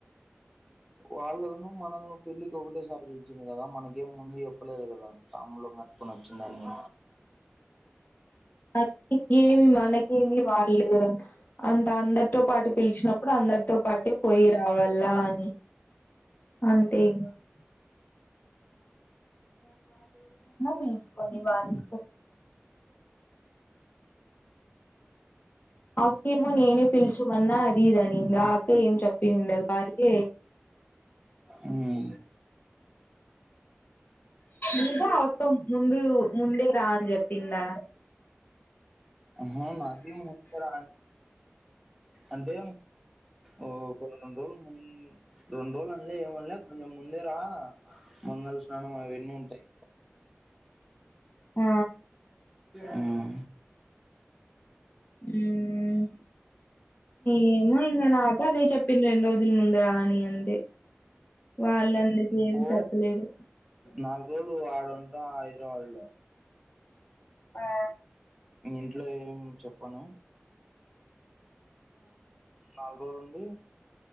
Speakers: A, in the centre; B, on the left.
A: వాళ్లేమొ మనల్ని పెళ్లికి ఒకటేసారి పిలిచినారు కదా మనకేం ముందు చెప్పలేరు గదా తంబులం చెప్పున వచ్చిందాన్ని
B: అ ఇంకేమి మనకేమి వాళ్ళు అంత అందరితో పాటు పిలిచినప్పుడు అందరితో పాటే పోయి రావల్ల అని అంతే ఇంగ తీసుకొనివాలు అక్కేమో నేనే పిలుచమన్నా అది ఇదని దాకా ఏం చెప్పందిండ వారికి
A: ఉమ్
B: మీ కూడా మొత్తం ముందు ముందే రా అని చెప్పిందా
A: మాది కూడా అంటే ఓ ప రెండు రోలు రెండు రోజులు అనలే ఏమనలే కొంచెం ముందే రా మంగళ స్నానం అవన్నీ ఉంటయి
B: ఆ
A: ఉమ్
B: ఉమ్ ఏమో ఇంకా నాకు అదే చెప్పింది రెండు రోజుల ముందు రా అని అంతే వాళ్ళు అందుకే ఏం
A: పో
B: చెప్పలేదు
A: నాలుగు రోలు ఆడుంటా హైదరాబాద్ లో
B: ఆ
A: ఇంట్లో ఏం చెప్పను నాలు రోలు ఉండి